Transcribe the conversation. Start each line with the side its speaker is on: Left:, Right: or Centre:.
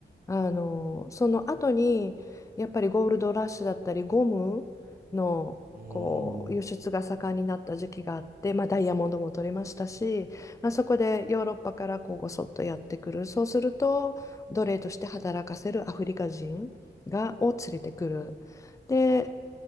Left: あのその後にやっぱりゴールドラッシュだったりゴムのこう輸出が盛んになった時期があって、
Right: うーん。
Left: まあ、ダイヤモンドも取れましたし、まあ、そこでヨーロッパからこうごそっとやってくるそうすると奴隷として働かせるアフリカ人がを連れてくる。で